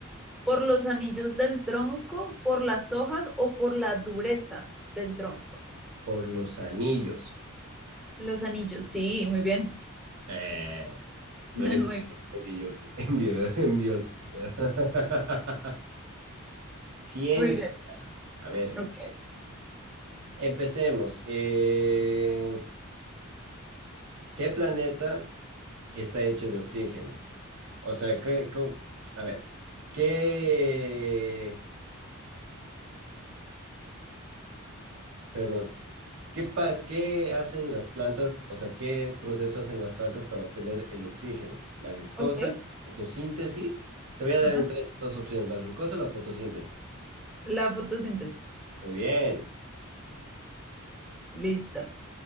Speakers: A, in the centre; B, on the right.
A: por los anillos del tronco, por las hojas o por la dureza del tronco?
B: por los anillos.
A: Los anillos, sí, muy bien.
B: Eh, lo
A: <laughs> Muy
B: único que
A: bien.
B: <laughs> en, bio- en bio- en biología. <laughs> Ciencia.
A: Muy bien.
B: A ver,
A: Ok.
B: empecemos. Eh, ¿Qué planeta está hecho de oxígeno? O sea, ¿qué, co- a ver, ¿qué, perdón, ¿qué, pa- qué hacen las plantas? O sea, ¿qué proceso hacen las plantas para obtener el oxígeno? ¿La glucosa,
A: ok.
B: la fotosíntesis? Te voy a dar
A: Ajá.
B: entre estas dos opciones, la glucosa o la fotosíntesis.
A: La fotosíntesis.
B: Muy bien,
A: Listo.